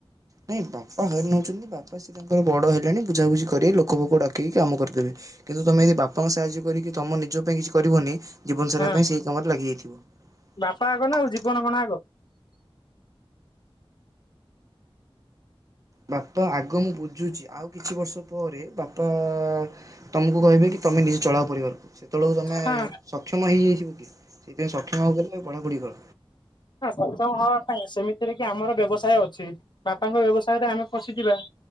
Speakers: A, on the right; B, on the left.
A: ନାଇଁ ବାପା ହଇରାଣ ହଉଛନ୍ତି ବାପା ସେ ତାଙ୍କର ବଡ ହେଲେଣି ବୁଝାବୁଝି କରିବେ ଲୋକ ଫୋକ ଡକେଇକି କାମ କରିଦେବେ କିନ୍ତୁ ତୁମେ ଯଦି ବାପାଙ୍କ ସାହାଯ୍ୟ କରିକି ତମ ନିଜ ପାଇଁ କିଛି କରିବନି ଜୀବନସାରା
B: ହଁ
A: ପାଇଁ ସେହି କାମରେ ଲାଗିଯାଇଥିବ।
B: ବାପା ଆଗ ନା ଆଉ ଜୀବନ କଣ ଆଗ
A: ବାପା ଆଗ ମୁଁ ବୁଝୁଛି ଆଉ କିଛି ବର୍ଷ ପରେ ବାପା ତମକୁ କହିବେ କି ତମେ ନିଜେ ଚଳାଅ ପରିବାରକୁ। ସେତେବେଳକୁ ତୁମେ
B: ହଁ
A: ସକ୍ଷମ ହେଇଯାଇଥିବ କି ସେଇଥିପାଇଁ ସକ୍ଷମ ହେବାକୁ କଲେ ପଢ଼ାପଢ଼ି କର।
B: ନା ସକ୍ଷମ ହବା ପାଇଁ ସେମିତିରେ କି ଆମର ବ୍ୟବସାୟ ଅଛି। ବାପାଙ୍କ ବ୍ୟବସାୟ ରେ ଆମେ ପଶିଯିବା